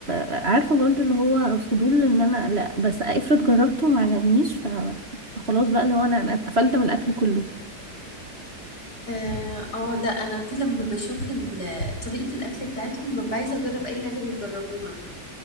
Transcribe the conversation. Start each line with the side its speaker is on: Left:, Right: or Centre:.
Right: عارفه برضو اللي هو فضول ان انا لا بس افرض جربته وما عجبنيش ف... فخلاص بقى اللي هو انا انا اتقفلت من الاكل كله
Left: اه آه، لا انا كل ما بشوف ال- طريقة الاكل بتاعتهم ببقى عايزة اجرب اي حاجة بيجربوها